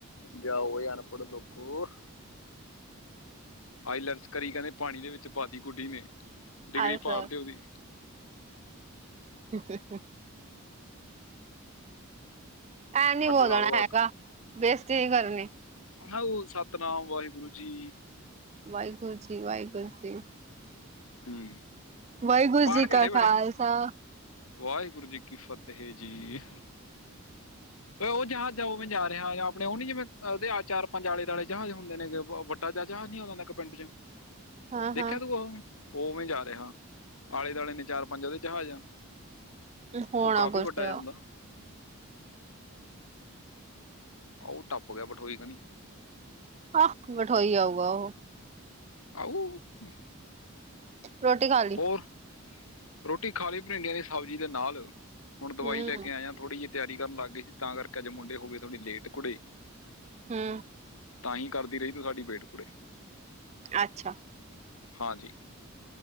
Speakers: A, on the left; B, on the right.
A: ਜਾਓ ਅਨਪੜ ਲੋਕੋ। ਆਈ ਲੇਟਸ ਕਰੀ ਕਹਿੰਦੇ ਪਾਣੀ ਦੇ ਵਿੱਚ ਪਾਤੀ ਗੁੱਡੀ ਨੇ ਡਿਗਰੀ
B: ਅਲਸਰ
A: ਪਾੜਦੇ ਉਹਦੀ
B: <inaudible> ਐਂ ਨੀ
A: ਅੱਗ
B: ਬੋਲਣਾ
A: ਲਾ ਦੋ
B: ਹੈਗਾ,
A: ਅੱਗ
B: ਬੇਸਤੀ ਨੀ ਕਰਨੀ।
A: ਹੈਊ ਸਤਿਨਾਮ ਵਾਹਿਗੁਰੂ ਜੀ।
B: ਵਾਹਿਗੁਰੂ ਜੀ ਵਾਹਿਗੁਰੂ ਜੀ।
A: ਹੂੰ
B: ਵਾਹਿਗੁਰੂ
A: ਪਾਠ
B: ਜੀ
A: ਕਿਹੜੇ
B: ਕਾ
A: ਵੇਲੇ।
B: ਖਾਲਸਾ
A: ਵਾਹਿਗੁਰੂ ਜੀ ਕੀ ਫ਼ਤਿਹ ਜੀ।
B: <inaudible>
A: ਉਹ ਜਹਾਜ਼ ਆ ਉਵੇਂ ਜਾ ਰਿਹਾ ਆਪਣੇ ਉਹ ਨੀ ਜਿਵੇਂ ਉਹ ਚਾਰ ਪੰਜ ਆਲੇ ਦਆਲੇ ਜਹਾਜ਼ ਹੁੰਦੇ ਨੇ ਵੱਡੇ। ਜਹਾਜ਼ ਨੀ ਆਉਂਦਾ ਹੁੰਦਾ ਇੱਕ ਪਿੰਡ ਚ।
B: <inaudible>
A: ਦੇਖਿਆ
B: ਹਾਂ
A: ਤੂੰ ਉਹ ਉਵੇਂ ਜਾ ਰਿਹਾ ਆਲੇ ਦੁਆਲੇ ਨੇ ਚਾਰ ਪੰਜ ਉਹਦੇ ਜਹਾਜ਼ ਆ।
B: ਹੋਣਾ
A: ਉਹ ਕਾਫ਼ੀ
B: ਕੁਛ
A: ਵੱਡਾ
B: ਆਹ
A: ਜਾ ਹੁੰਦਾ ਨਾ। ਆ ਉਹ ਟੱਪ ਗਿਆ ਬਠੋਈ ਕਣੀ।
B: ਆਹੋ ਬਠੋਈ ਆਊਗਾ ਉਹ।
A: <inaudible>
B: ਰੋਟੀ ਖਾ, ਲਈ
A: ਹੋਰ ਰੋਟੀ ਖਾਲੀ ਭਿੰਡੀਆਂ ਦੀ ਸਬਜ਼ੀ ਦੇ ਨਾਲ ਹੁਣ ਦਵਾਈ
B: ਹਮ
A: ਲੈ ਕੇ ਆਇਆ ਥੋੜ੍ਹੀ ਜੀ, ਤਿਆਰੀ ਕਰਨ ਲੱਗ ਗਏ, ਤਾਂ ਕਰਕੇ ਅੱਜ ਮੁੰਡੇ ਹੋ ਗਏ ਥੋੜੀ ਲੇਟ ਕੁੜੇ।
B: ਹੂੰ,
A: ਤਾਂਹੀ ਕਰਦੀ ਰਹੀ ਤੂੰ ਸਾਡੀ ਵੇਟ ਕੁੜੇ।
B: ਅੱਛਾ,
A: ਹਾਂਜੀ,